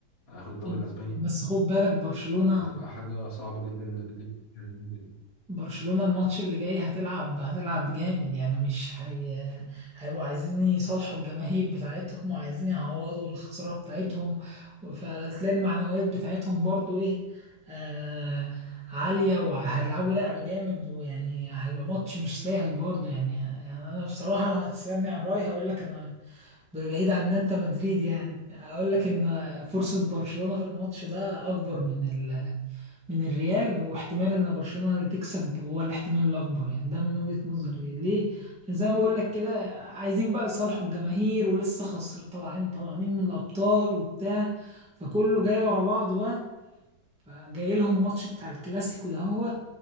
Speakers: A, on the left; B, in the centre.
A: هياخد الدوري
B: خد-
A: الأسباني
B: بس خد بالك برشلونة
A: فهتبقى حاجة صعبة جدا ل... ل...
B: برشلونة الماتش اللي جاي هتلعب هتلعب جامد يعني مش هي هيبقوا عايزين يصالحوا الجماهير بتاعتهم وعايزين يعوضوا الخسارة بتاعتهم فتلاقي المعنويات بتاعتهم برضو ايه آه عالية وهيلعبوا لعب جامد ويعني هيبقى ماتش مش سهل برضو يعني يعني انا بصراحة لو هتسألني عن رأيي هقول لك انا بعيد عن ان انت مدريد يعني اقول لك ان فرصة برشلونة في الماتش ده اكبر من من الريال واحتمال ان برشلونة اللي تكسب هو الاحتمال الاكبر يعني ده من وجهة نظري ليه عشان زي ما بقول لك كده عايزين بقى يصالحوا الجماهير ولسه خسر طالعين طالعين من الابطال وبتاع فكله جاي ورا بعضه بقى فجاي لهم ماتش بتاع الكلاسيكو ده هو